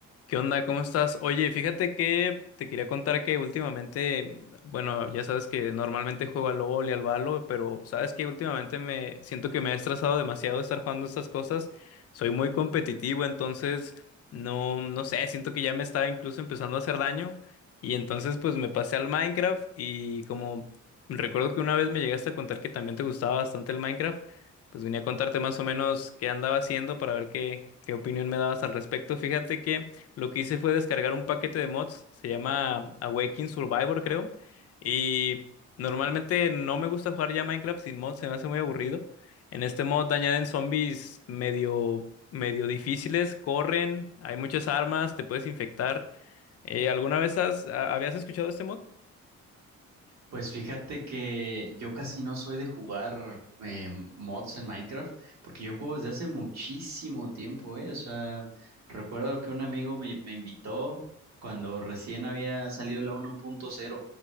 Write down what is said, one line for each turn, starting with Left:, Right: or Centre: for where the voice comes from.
Left: ¿Qué onda? ¿Cómo estás? Oye, fíjate que te quería contar que últimamente, bueno, ya sabes que normalmente juego al LOL y al Valo, pero sabes que últimamente me siento que me he estresado demasiado estar jugando estas cosas. Soy muy competitivo, entonces no, no sé, siento que ya me estaba incluso empezando a hacer daño. Y entonces pues me pasé al Minecraft y como recuerdo que una vez me llegaste a contar que también te gustaba bastante el Minecraft, pues venía a contarte más o menos qué andaba haciendo para ver qué, qué opinión me dabas al respecto. Fíjate que lo que hice fue descargar un paquete de mods, se llama Awakening Survivor, creo. Y normalmente no me gusta jugar ya Minecraft sin mods, se me hace muy aburrido. En este mod añaden zombies medio, medio difíciles, corren, hay muchas armas, te puedes infectar. Eh, ¿alguna vez has- a- habías escuchado este mod?
Right: Pues fíjate que yo casi no soy de jugar eh, mods en Minecraft, porque yo juego desde hace muchísimo tiempo, ¿eh? O sea, recuerdo que un amigo me, me invitó cuando recién había salido la 1.0,